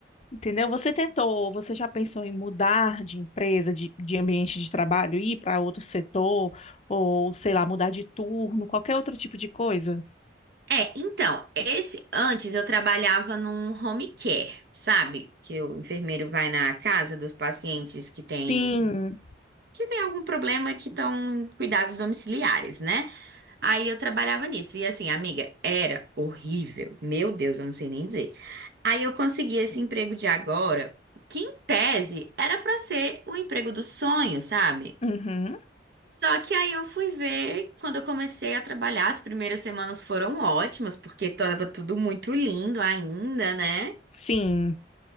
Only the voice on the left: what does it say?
entendeu? Você tentou, você já pensou em mudar de empresa, de, de ambiente de trabalho, ir para outro setor, ou sei lá, mudar de turno, qualquer outro tipo de coisa?
Sim.
Uhum.
Sim.